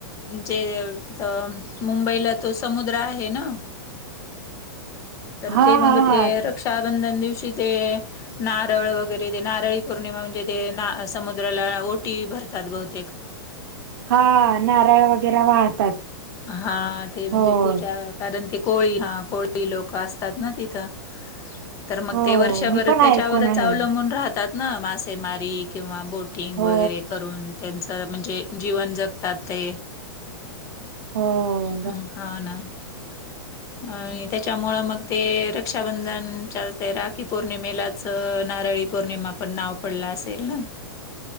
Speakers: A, on the left; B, on the right.
A: जे तिथं मुंबईला तो समुद्र आहे ना तर
B: हा
A: ते
B: हा
A: मग
B: हा.
A: ते रक्षाबंधन दिवशी ते नारळ वगैरे ते नारळी पौर्णिमा म्हणजे ते समुद्राला ओटी भरतात बहुत
B: हा नारळ वगैरे वाहतात
A: हा ते म्हणजे
B: हो.
A: पूजा कारण ते कोळी हा कोळी लोक असतात ना तिथं तर मग
B: हो
A: ते वर्षभर
B: मी पण
A: त्याच्यावरच
B: ऐकून आहे
A: अवलंबून राहतात न मासेमारी किंवा बोटिंग
B: हो
A: वगैरे करून त्यांचं म्हणजे जीवन जगतात ते
B: हो
A: ह होा ना
B: हम्
A: अ त्याच्यामुळं मग ते रक्षाबंधनच्या राखी पौर्णिमेलाच तर नारळी पौर्णिमा पण नाव पडला असेल ना